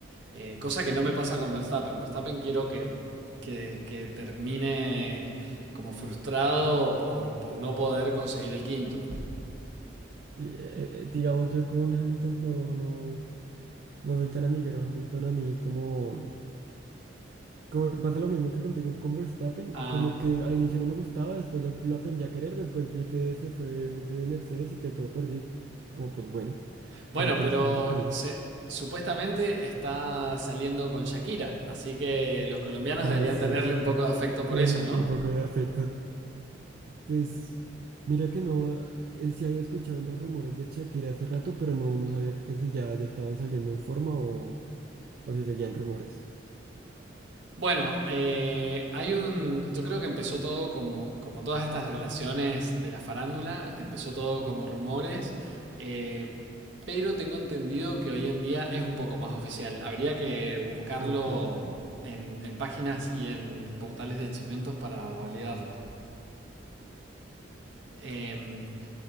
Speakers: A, on the right; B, on the right.
A: Eh, cosa que no me pasa con Verstappen. Verstappen quiero que, que, que termine como frustrado por, por no poder conseguir el quinto.
B: Y, eh, eh, digamos, yo con Hamilton no, no, no soy tan amiguero, Hamilton a mí como... Como me pasa lo mismo que contigo con Verstappen,
A: Ah,
B: como que al inicio no me gustaba, después lo, lo aprendí a querer, después vi que se fue de Mercedes y que todo perdido. Como pues bueno,
A: Bueno,
B: cada quien
A: pero
B: escoge su camino.
A: se- supuestamente está saliendo con Shakira, así que los colombianos
B: Ah,
A: deberían
B: sí,
A: tenerle
B: esa es otra.
A: un poco de afecto por
B: Eh,
A: eso,
B: Un,
A: ¿no?
B: un poco de afecto. Pues mira que no, eh, sí había escuchado los rumores de Shakira hace rato, pero no, no sabía que si ya, ya estaban saliendo en forma o, o si seguían rumores.
A: Bueno, eh, hay un. Yo creo que empezó todo como, como todas estas relaciones de la farándula, empezó todo
B: Ujú.
A: como rumores, eh, pero tengo entendido que hoy en día es un poco más oficial. Habría que buscarlo
B: Ok, ok.
A: en, en páginas y en portales de chimentos para validarlo. Em,